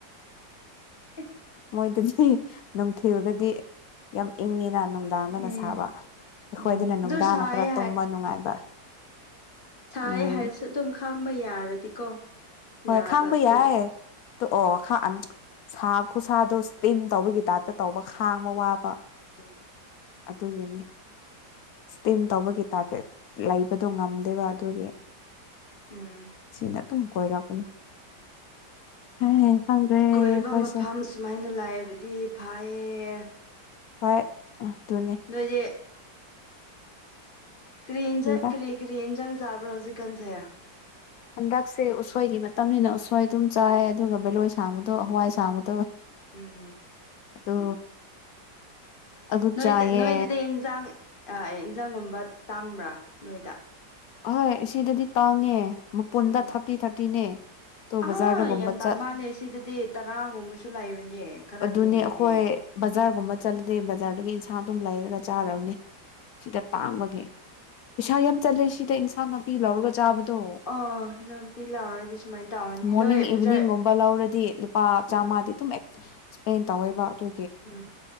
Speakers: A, on the left (about 30°); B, on the left (about 70°).
A: <inaudible>
B: ꯃꯣꯏꯗꯗꯤ ꯅꯨꯡꯊꯤꯜꯗꯗꯤ ꯌꯥꯝ ꯏꯪꯉꯤꯅ ꯅꯨꯡꯗꯥꯡꯗꯅ
A: ꯎꯝ
B: ꯁꯥꯕ ꯑꯩꯈꯣꯏꯗꯅ
A: ꯎꯝ
B: ꯅꯨꯡꯗꯥꯡꯅ
A: ꯑꯗꯨ ꯁꯥꯏꯌꯦ
B: ꯈꯔ ꯇꯨꯝꯕ ꯅꯨꯡꯉꯥꯏꯕ
A: ꯁꯥꯏ
B: ꯎꯝ
A: ꯍꯥꯏꯔꯁꯨ ꯑꯗꯨꯝ ꯈꯥꯡꯕ ꯌꯥꯔꯗꯤꯀꯣ
B: ꯍꯣꯏ
A: ꯌꯥꯕ
B: ꯈꯥꯡꯕ
A: ꯑꯗꯨ
B: ꯌꯥꯏ <unintelligible> ꯁꯥ ꯈꯨꯠꯁꯥꯗꯣ ꯏꯁꯇꯤꯝ ꯇꯧꯕꯒꯤ ꯇꯥꯏꯞꯇ ꯇꯧꯕ ꯈꯥꯡꯕ ꯋꯥꯕ
A: ꯎꯝ
B: ꯑꯗꯨꯒꯤꯅꯤ ꯏꯁꯇꯤꯝ ꯇꯧꯕꯒꯤ ꯇꯥꯏꯞꯁ ꯂꯩꯕꯗꯣ ꯉꯝꯗꯦꯕ ꯑꯗꯨꯒꯤ
A: ꯎꯝ
B: ꯁꯤꯗ ꯑꯗꯨꯝ ꯀꯣꯏꯔꯄꯅꯤ ꯍꯏ ꯈꯡꯗ꯭ꯔꯦ
A: ꯀꯣꯏꯕ
B: ꯀꯣꯏꯁꯦ
A: ꯃꯐꯝ ꯁꯨꯃꯥꯏꯅ ꯂꯥꯏꯕꯗꯤ ꯐꯩꯌꯦ
B: ꯍꯣꯏ ꯑꯗꯨꯅꯦ
A: ꯅꯣꯏꯗꯤ ꯀ꯭ꯔꯤ ꯏꯟꯖꯥꯡ
B: ꯀꯔꯤꯔꯥ
A: ꯀ꯭ꯔꯤ ꯀꯔꯤ ꯏꯟꯖꯥꯡ ꯆꯥꯕ꯭ꯔꯣ ꯍꯧꯖꯤꯛ ꯀꯟꯖꯦ
B: ꯍꯟꯗꯛꯁꯦ ꯎꯁꯣꯏꯒꯤ ꯃꯇꯝꯅꯤꯅ ꯎꯁꯣꯏ ꯑꯗꯨꯝ ꯆꯥꯏ ꯑꯗꯨꯒ ꯚꯦꯂꯣꯏ ꯁꯥꯡꯕꯗꯣ ꯍꯋꯥꯏ ꯁꯥꯡꯕꯗ
A: ꯎꯝ
B: ꯑꯗꯣ ꯑꯗꯨ <unintelligible>
A: ꯅꯣꯏꯗ
B: ꯆꯥꯏꯌꯦ
A: ꯅꯣꯏꯗꯗꯤ ꯏꯟꯖꯥꯡ ꯏꯟꯖꯥꯡꯒꯨꯝꯕ ꯇꯥꯡꯕ꯭ꯔꯥ ꯅꯣꯏꯗ
B: ꯑꯍꯣꯏ ꯁꯤꯗꯗꯤ ꯇꯥꯡꯉꯦ ꯃꯄꯨꯟꯗ
A: ꯎꯝ
B: ꯊꯥꯔꯇꯤ ꯊꯥꯔꯇꯤꯅꯦ ꯇꯣ ꯕꯖꯥꯔꯗꯒꯨꯝꯕ
A: ꯑꯥ ꯌꯥꯝ ꯇꯥꯡ
B: ꯆꯠ
A: ꯃꯥꯥꯟꯜꯂꯦ ꯁꯤꯗꯗꯤ ꯇꯔꯥꯒꯨꯝꯕꯁꯨ ꯂꯩꯕꯅꯦ ꯈꯔ
B: ꯑꯗꯨꯅꯦ
A: ꯊꯦꯡꯉꯗꯤ
B: ꯑꯩꯈꯣꯏ ꯕꯖꯥꯔꯒꯨꯝꯕ ꯆꯠꯂꯗꯤ ꯕꯖꯥꯔꯗꯒꯤ ꯏꯟꯁꯡ ꯑꯗꯨꯝ ꯂꯩꯔꯒ ꯆꯥꯔꯔꯕꯅꯤ ꯁꯤꯗ ꯇꯥꯡꯕꯒꯦ ꯄꯩꯁꯥ ꯌꯥꯝ ꯆꯜꯂꯦ ꯁꯤ ꯇ ꯏꯟꯁꯥꯡ ꯅꯥꯄꯤ ꯂꯧꯔꯒ ꯆꯥꯕꯗꯣ
A: ꯑꯣ ꯏꯟꯖꯥꯡ ꯅꯥꯄꯤ ꯂꯥꯎꯔꯗꯤ ꯁꯨꯃꯥꯏꯅ ꯇꯧꯔꯅꯤ
B: ꯃꯣꯔꯅꯤꯡ
A: ꯅꯣꯏ
B: ꯏꯚꯤꯅꯤꯡꯒꯨꯝꯕ
A: ꯕꯖꯥꯔ
B: ꯂꯧꯔꯗꯤ ꯗꯤ ꯂꯨꯄꯥ ꯆꯥꯝꯉꯥꯗꯤ
A: ꯑꯥ
B: ꯑꯗꯨꯝ ꯑꯦꯛꯁꯄ꯭ꯂꯦꯟ ꯇꯧꯋꯦꯕ ꯑꯗꯨ
A: ꯎꯝ